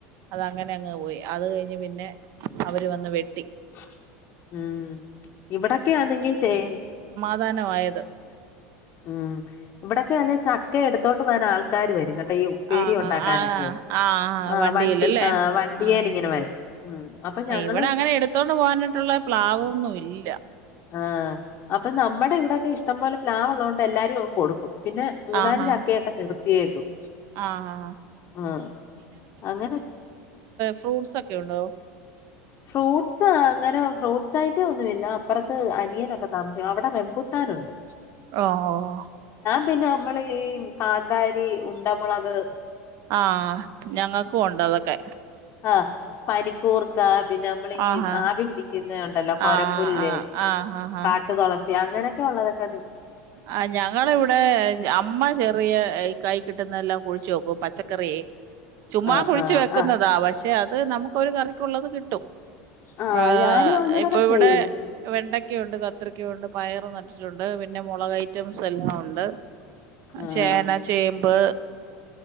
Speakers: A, on the right; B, on the left.
A: അതങ്ങനെ അങ്ങ് പോയി അത് കഴിഞ്ഞ് പിന്നെ അവര് വന്ന് വെ
B: ഉം ഇവിടൊക്കെയാന്നെങ്കി ചെയ്
A: ധാനവായ
B: ഉം ഇവിടെ ക്കെയാനെ ചക്ക എടുത്തോണ്ട് പാൻ ആൾക്കാര് വരും <unintelligible>
A: ആ ഹാ
B: ഉണ്ടാക്കാനൊക്കെ
A: ആ ആ ആ ആ വണ്ടിയിലല്ലേ
B: വണ്ടി ആ വണ്ടിയേൽ
A: ആഹ
B: ഇങ്ങനെ വരും ഉം അപ്പൊ ഞങ്ങള്
A: ഇവിടെ അങ്ങനെ എടുത്തോണ്ട് പോവാനിട്ടുള്ള പ്ലാവൊന്നും ഇല്ല
B: ആഹ് അപ്പൊ നമ്മടെ ഇവിടക്കെ ഇഷ്ടം പോലെ പ്ലാവോള്ളോണ്ട് എല്ലാരും അങ്ങ് കൊടുക്കും പിന്നെ മൂന്നാല്
A: ആഹാ
B: ചക്കയെക്കെ നിർത്തിയേക്കും
A: ആഹാ
B: ആഹ് അങ്ങനെ
A: ഫ്രൂട്ട്സൊക്കെ ഒണ്ടോ
B: ഫ്രൂട്ട്സ് അങ്ങനെ ഫ്രൂട്ട്സായിട്ട് ഒന്നുവില്ല അപ്രത്ത് അനിയനൊക്കെ താമസി അവിടെ റെമ്പുട്ടാനൊണ്ട്
A: ഓ ഓ
B: പിന്നെ നമ്മള് ഈ കാന്താരി ഉണ്ടമോളക്
A: ആഹ് ഞങ്ങക്കും ഒണ്ട് അതക്കെ
B: ആഹ് പനിക്കൂർ ക്കാ പിന്നെ നമ്മളീ
A: ആഹാ
B: ആവി പിടിക്കുന്നെ ഒണ്ടല്ലോ
A: ആഹ്
B: കൊരംമ്പുല്ല്
A: ആഹ് ആഹ് ആഹ് ആഹ്
B: കാട്ടു തൊളസ് അങ്ങനെക്കെ ഒള്ളതൊക്കെ
A: ആ ഞങ്ങളിവിടെ അമ്മ ചെറിയ കൈ കിട്ടുന്നെല്ലാം കുഴിച്ചോക്കും പച്ചക്കറീ ചുമ്മാ
B: ആഹ്
A: കുഴിച്ചു
B: ആഹ്
A: വെക്കുന്നതാ
B: ആഹ്
A: പഷേ അത് നമുക്കൊരു കറിക്കുള്ളത് കിട്ടും
B: ആഹ്
A: ആ
B: ഞാനും അങ്ങനൊക്കെ
A: ഇപ്പൊ ഇവിടെ
B: ചെയ്യും
A: വെണ്ട ക്ക്യണ്ട്, കത്രിക്കോണ്ട് പയറ് നട്ടിട്ടൊണ്ട് പിന്നെ ന്നെ മുളക് ഐറ്റംസ് എല്ലാം ഉണ്ട്
B: ആഹ്
A: ചേന ചേമ്പ്